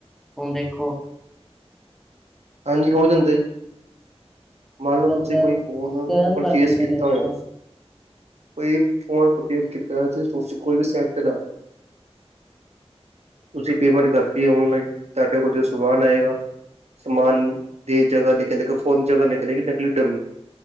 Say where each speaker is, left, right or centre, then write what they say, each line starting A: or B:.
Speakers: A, in the centre; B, on the right (about 75°).
A: ਹੁਣ ਦੇਖੋ।
B: ਹਾਂਜੀ, ਹੋ ਜਾਂਦਾ ਜੀ। ਮੰਨਲੋ ਤੁਸੀਂ
A: ਅੰਦਰ
B: ਕੋਈ ਫੋਨ,
A: ਸਕੈਮ
B: ਪਰਚੇਜ
A: ਕਰ ਦਿੰਦੇ
B: ਕੀਤਾ
A: ਨੇ ਉਹ
B: ਹੋਏ
A: ਤਾਂ
B: ਕੋਈ ਫੋਨ ਪਰਚੇਸ ਕੀਤਾ, ਕੋਈ ਵੀ ਸੈਟ ਦਾ। ਤੁਸੀਂ ਪੇਮੈਂਟ ਕਰਤੀ ਏ ਔਨਲਾਈਨ, ਤੁਹਾਡੇ ਕੋਲ ਜੋ ਸਮਾਨ ਆਏਗਾ ਸਮਾਨ ਦੇ ਜਗਾ ਨਿਕਲੇਗਾ ਫੋਨ ਦੀ ਜਗਾ ਨਿਕਲੇਗੀ ਨਿਕਲੀ ਡਮੀ।